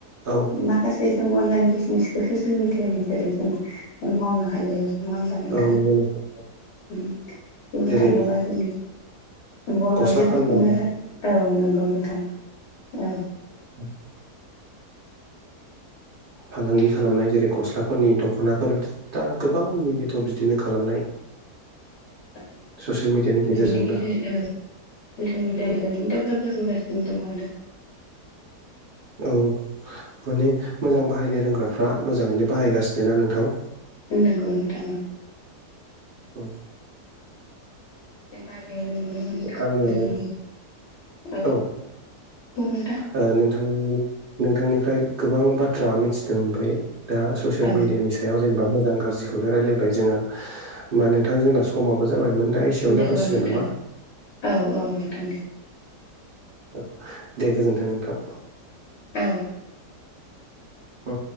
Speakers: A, on the right; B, on the left.
A: औ।
B: माखासे जों अनलाइन बिजनेसखौ ससियेल मिडियानि जेरै जों मावनो हायो। नङा होमबा नोंथां?
A: औ नंगौ नोंथां
B: ओम बुंनो
A: जेरै
B: थाङोबा जोंनि बर'
A: गस्ला
B: आइजोफोरखौनो
A: फाननाय
B: औ नंगौ नोंथां औ
A: <unintelligible> <inaudible> फालांगि खालामनाय जेरै गस्लाफोरनि दख'नाफोर दा गोबां नुयोथ' बि बिदिनो खालामनाय।
B: <unintelligible>
A: ससियेल
B: ओ
A: मिडियानि गेजेरजोंनो
B: <unintelligible> डेभेलप जाबोगासिनो दं आरो।
A: औ माने मोजां बाहायनो रोंग्राफ्रा मोजाङैनो बाहायगासिनो ना नोंथां?
B: औ नंगौ नोंथां औ।
A: औ।
B: <unintelligible>
A: आङो औ ओ नोंथां नोंथांनिफ्राइ गोबां बाथ्रा मिथिनो मोनबाय। दा ससियेल
B: औ
A: मिडियानि सा याव जेनबा मोजां गाज्रिखौनो रायलायबाय जोङो होमबा नोंथां जोंना समाबो जाबायमोन दा एसेयावनो
B: नंगौ
A: जाथ'सिगोन
B: नोंथां
A: नामा
B: औ औ नोंथां दे।
A: औ दे गोजोन्थों नोंथां।
B: औ।
A: ओ।